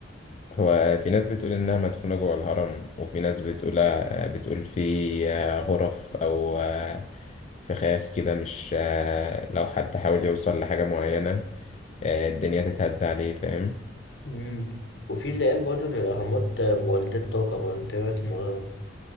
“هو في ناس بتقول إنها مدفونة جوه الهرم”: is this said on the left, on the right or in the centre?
Left